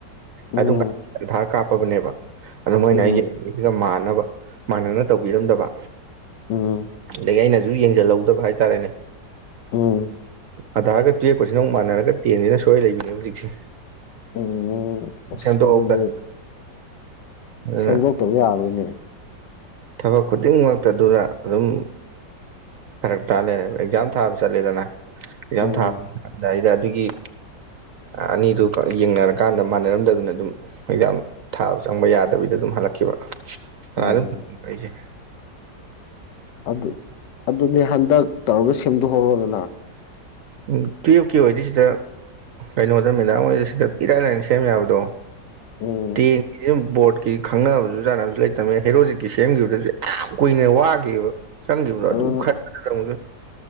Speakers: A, on the left (about 80°); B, on the right (about 70°).
A: ꯎꯝ
B: ꯑꯗꯨ ꯑꯙꯥꯔ ꯀꯥꯔꯠ꯫ ꯀꯞꯄꯕꯅꯦꯕ ꯑꯗꯨꯗ ꯃꯣꯏꯅ
A: ꯎꯝ
B: ꯑꯩ <unintelligible> ꯃꯥꯟꯅꯕ ꯃꯥꯟꯅꯅ ꯇꯧꯕꯤꯔꯝꯗꯕ꯫
A: ꯎꯝ
B: ꯑꯗꯒꯤ ꯑꯩꯅꯁꯨ ꯌꯦꯡꯁꯤꯜꯍꯧꯗꯕ ꯍꯥꯏꯇꯥꯔꯦꯅꯦ꯫
A: ꯎꯝ
B: ꯑꯥꯔꯒ ꯇꯨꯌꯦꯞꯀꯁꯤꯅ ꯑꯃꯨꯛ ꯃꯥꯟꯅꯔꯒ ꯇꯦꯟꯁꯤꯅ ꯁꯣꯏ ꯂꯩꯕꯤꯅꯦ ꯍꯧꯖꯤꯛꯁꯦ꯫
A: ꯎꯝ ꯑꯁ
B: ꯁꯦꯝꯗꯣꯛꯍꯧꯗꯅ
A: ꯑꯗꯨꯗꯤ
B: ꯑꯗꯨꯅ
A: ꯁꯦꯝꯗꯣꯛꯇꯕ ꯌꯥꯔꯣꯏꯅꯦ꯫
B: ꯊꯕꯛ ꯈꯨꯗꯤꯡꯃꯛꯇ ꯑꯗꯨꯅ ꯑꯗꯨꯝ꯫ ꯐꯔꯛ ꯇꯥ ꯂꯩꯔꯕ ꯑꯦꯛꯖꯥꯝ ꯊꯥꯕ ꯆꯠꯂꯦꯗꯅ꯫ ꯑꯦꯛꯖꯥꯝ
A: ꯎꯝ
B: ꯊꯥꯔꯝꯗꯥꯏꯗ ꯑꯗꯨꯒꯤ꯫ ꯑꯅꯤꯗꯨ ꯌꯦꯡꯅꯔꯀꯥꯟꯗ ꯃꯥꯟꯅꯔꯝꯗꯕꯅꯦ ꯑꯗꯨꯝ꯫ ꯑꯦꯛꯖꯥꯝ ꯊꯥꯕ ꯆꯪꯕ ꯌꯥꯗꯕꯤꯗ ꯑꯗꯨꯝ ꯍꯜꯂꯛꯈꯤꯕ ꯑꯗꯨꯅ
A: ꯎꯝ
B: ꯑꯗꯨꯝ ꯑꯩꯁꯦ꯫
A: ꯑꯗꯨ ꯑꯗꯨꯅꯦ ꯍꯟꯗꯛ ꯇꯧꯔꯒ ꯁꯦꯝꯗꯣꯛꯍꯧꯔꯗꯅ꯫
B: ꯎꯝ ꯇꯨꯌꯦꯞꯀꯤ ꯑꯣꯏꯗꯤ ꯁꯤꯗ ꯀꯩꯅꯣꯗ ꯃꯦꯗꯥꯝ ꯍꯣꯏꯗ ꯁꯤꯗ ꯏꯔꯥꯏ ꯂꯥꯏꯅ ꯁꯦꯝ ꯌꯥꯕꯗꯣ꯫
A: ꯎꯝ
B: ꯇꯦꯟꯒꯤꯁꯤ <unintelligible> ꯕꯣꯔꯠꯀꯤ ꯈꯪꯅꯕꯁꯨ ꯆꯥꯅꯕꯁꯨ ꯂꯩꯇꯕꯃꯦ ꯍꯦꯔꯣꯖꯤꯠꯀꯤ ꯁꯦꯝꯈꯤꯕꯗꯁꯨ ꯌꯥꯝ ꯀꯨꯏꯅ ꯋꯥꯒꯤꯕ꯫ ꯆꯪꯒꯤꯟꯗꯨ ꯑꯗꯨ
A: ꯑꯗꯨꯅ
B: ꯈꯟꯕꯗ <unintelligible>